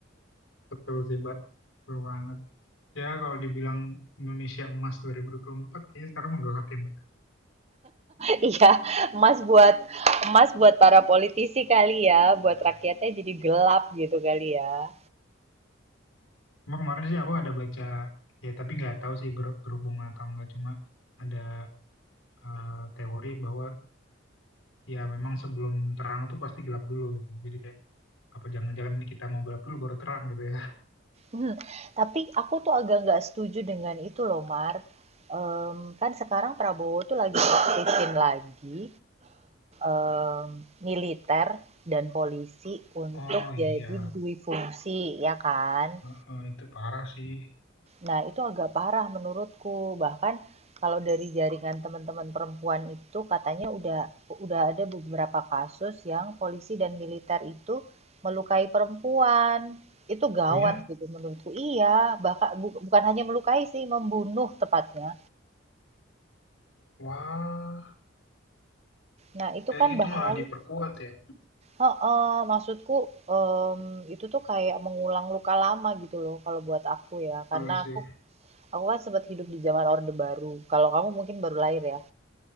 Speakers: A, on the left; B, on the right.
A: betul sih mbak betul banget ya kalau dibilang Indonesia Emas 2024 kayaknya sekarang menggelap ya mbak
B: Iya, emas buat emas buat para politisi kali ya, buat rakyatnya jadi gelap gitu kali ya.
A: cuma kemarin sih aku ada baca ya tapi nggak tahu sih ber- berhubungan atau enggak cuma ada eh, teori bahwa ya memang sebelum terang tuh pasti gelap dulu gitu jadi kayak apa jangan-jangan ini kita mau gelap dulu baru terang gitu ya
B: Mhm, tapi aku tuh agak nggak setuju dengan itu loh Mar, mmm, kan sekarang Prabowo tuh lagi aktifin lagi em, militer dan polisi
A: <laughs>
B: untuk
A: oh iya
B: jadi dui fungsi ya kan.
A: Heeh, itu parah sih
B: Nah, itu agak parah menurutku. Bahkan kalau dari jaringan teman-teman perempuan itu katanya udah udah ada beberapa kasus yang polisi dan militer itu melukai perempuan. Itu gawat
A: oh ya
B: gitu menurutku. Iya, bahkan bu- bukan hanya melukai sih, membunuh tepatnya.
A: wah
B: Nah, itu
A: kayak
B: kan
A: gitu
B: bahaya.
A: malah diperkuat ya
B: Heeh, maksudku, mmm, itu tuh kayak mengulang luka lama gitu loh kalau buat aku ya, karena
A: betul sih
B: aku aku kan sempet hidup di zaman Orde Baru. Kalau kamu mungkin baru lahir ya?